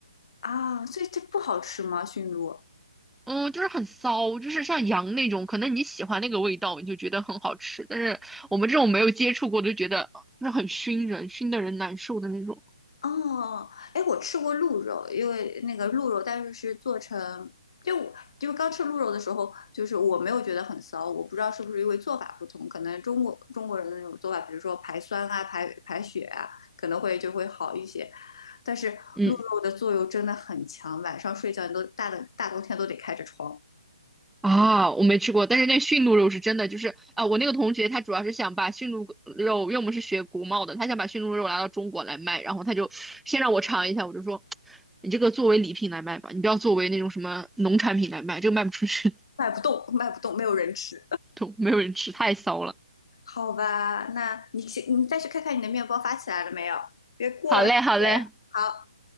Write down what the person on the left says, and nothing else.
啊，所以这不好吃吗？驯鹿？
哦，哎，我吃过鹿肉，因为那个鹿肉，但是是做成，就我就刚吃鹿肉的时候，就是我没有觉得很骚，我不知道是不是因为做法不同，可能中国中国人的那种做法，比如说排酸啊、排排血啊，可能会就会好一些。但是鹿肉的作用真的很强，
晚上睡觉你都大的大冬天都得开着窗，
卖不动，卖不动，没有人吃。
好吧，那你去，你再去看看你的面包发起来了没有，别过了时间了。
好。